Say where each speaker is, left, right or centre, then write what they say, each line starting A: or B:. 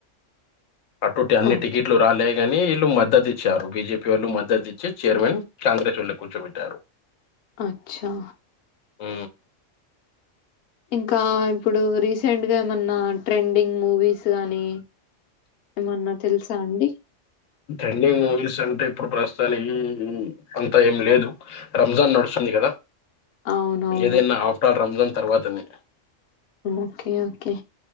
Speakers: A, on the left; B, on the left.
A: అటూటి అన్నిటిెట్లు
B: ఓకే.
A: రాాలే కానీ వీళ్ళు మద్దతు ఇచ్చారు బిజేపి వాళ్ళు మద్దతు ఇచ్చి చైర్మన్ కాంగ్రెస్ వాళ్ళు కూర్చోబెట్టారు
B: అచ్చా
A: ఉ
B: ఇంకా ఇప్పుడు రీసెంట్ గా ఏమన్నా ట్రెండింగ్ మూవీస్ కానీ ఏమన్నా తెలుసా అండి
A: ట్రెండింగ్ మూవీస్ అంటే ఇప్పుడు ప్రస్తుతానికి అంతా ఏం లేదు రంజాన్ నడుస్తుంది కదా
B: అవునవును.
A: ఏదదైనా ఆఫ్టర్ రంజాన్ తర్వాతనే
B: ఓకే ఓకే